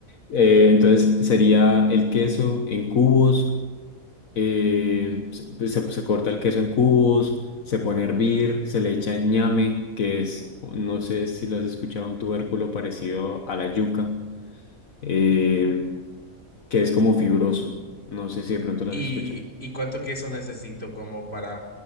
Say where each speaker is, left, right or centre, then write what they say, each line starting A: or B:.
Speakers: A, on the left; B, on the left.
A: Eh, entonces sería el queso en cubos, eh, se, se- se corta el queso en cubos, se pone a hervir, se le echa ñame, que es, no sé si lo has escuchado, un tubérculo parecido a la yuca, eh, que es como fibroso. No sé si de pronto lo
B: ¿Y,
A: has escuchado.
B: y cuánto queso necesito como para...